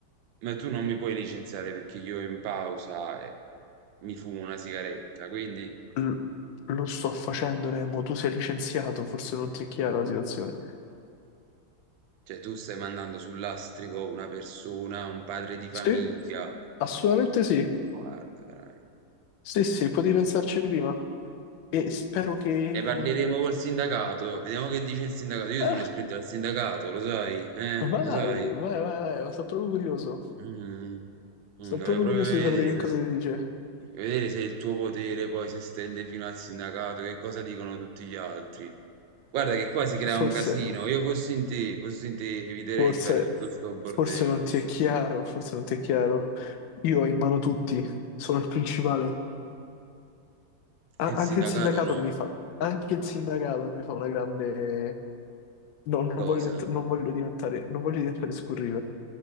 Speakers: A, on the right; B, on the left.
A: Ma tu non mi puoi licenziare perché io in pausa eh, mi fumo una sigaretta, quindi
B: L- lo sto facendo, Remo. Tu sei licenziato, forse non ti è chiara la situazione.
A: cioè, tu stai mandando sul lastrico una persona, un padre di famiglia.
B: Sì, assolutamente sì.
A: Guarda, veramente.
B: Sì, sì, potevi pensarci prima. E spero che...
A: ne parleremo col sindacato, vediamo che dice il sindacato. Io
B: Ah,
A: sono iscritto al sindacato, lo sai, eh?
B: vai,
A: Lo sai?
B: vai, vai, vai, ma sono proprio curioso.
A: Mm,
B: Sono
A: mm, dovevo
B: proprio
A: proprio
B: curioso
A: vedere.
B: di sapere che cosa ti dice.
A: E vedere se il tuo potere poi si estende fino al sindacato, che cosa dicono tutti gli altri. Guarda che qua si crea
B: Forse,
A: un casino. Io fossi in te, fossi in te, eviterei
B: forse,
A: di fare tutto sto bordello.
B: forse non ti è chiaro, forse non ti è chiaro. Io ho in mano tutti, sono il principale. A-
A: E Il
B: anche
A: sindacato
B: il sindacato
A: no.
B: mi fa, anche il sindacato mi fa una grande No, non
A: Cosa?
B: voglio, ent- non voglio diventare, non voglio diventare scurrile.